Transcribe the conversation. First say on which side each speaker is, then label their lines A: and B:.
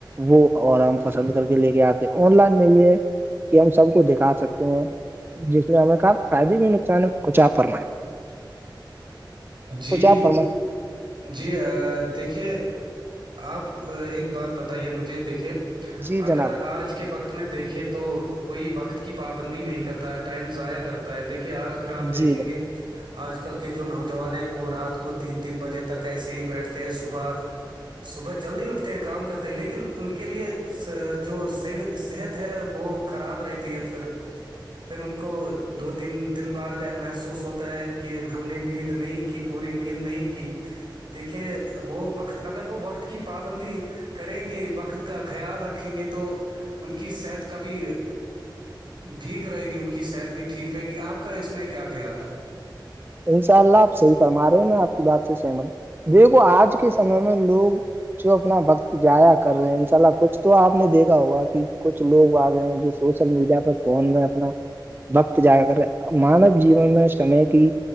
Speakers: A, on the right; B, on the right.
A: وہ آرام پسند کر کے لے کے آتے آن لائن میں یہ ہے کہ ہم سب کو دکھا سکتے ہیں جس میں ہمیں کاپ فائدے بھی نقصان ہے کچھ آپ فرمائےیں
B: جی
A: کچھ آپ فرمائیں
B: جی دیکھیے آپ ایک بات بتائیے مجھے دیکھیے
A: جی جناب
B: اگر آج کے وقت میں دیکھیں تو کوئی وقت کی پابندی نہیں کرتا ہے ٹائم ضائع کرتا ہے دیکھے آ آپ دیکھیں
A: جی جناب
B: گے آج کل کے جو نوجوان ہیں وہ رات کو تین تین بجے تک ایسے ہی بیٹھتے ت صبح صبح جلدی اٹھتے کام کرتے لیکن ان کے لیے جو صحت صحت ہے وہ خراب رہتی ہے پھر پھر ان کو دو تین دن بعد محسوس ہوتا ہے کہ ہم نے نیند نہیں کی پوری نیند نہیں کی دیکھیے وہ وقت اگر وہ وقت کی پابندی کریں گے وقت کا خیال رکھیں گے تو تو ان کی صحت کا بھی ٹھیک رہے گی ان کی صحت بھی ٹھیک رہے گی آپ کا اس میں کیا خیال ہے
A: انشاء اللہ آپ صحیح فرما رہے ہو میں آپ کی بات سے سہمت دیکھو آج کے سمے میں لوگ جو اپنا وقت جایا کر رہے ہیں ان شاء اللہ کچھ تو آپ نے دیکھا ہوگا کہ کچھ لوگ آگئے جو سوشل میڈیا پہ فون میں وقت جا کر مانو جیون میں سمے کی